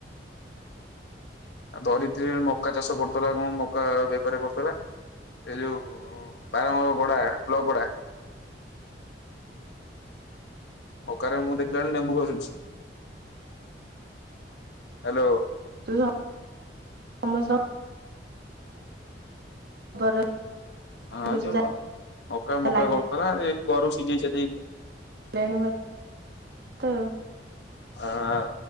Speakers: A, on the left; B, on the right.
A: ଆଉ ଧରିତ୍ରୀ ମକା ଚାଷ କରୁଥିଲା କଣ ମକା ବେପାର କରୁଥିଲା ଏଇ ଯୋଉ ବାରମ କୋଡା ପ୍ଲପୁଡା। ମକାରେ ମୁଁ ଦେଖିଲା ବେଳଳେ ନେବୁ କରୁଛି ହ୍ୟାଲୋ।
B: ତୁ ସମସ୍ତଙ୍କ ଖବର
A: ହଁ
B: ରଖୁଛୁ
A: ଯଉ
B: ଯାହା
A: ମକା ମକା
B: ଲାଗି
A: କରୁଥିଲ ନା ଏ ଗୋରବ ସିଝେଇ ଚତେଇି।
B: ଲେଣ ତ।
A: ହଁ ହଁ।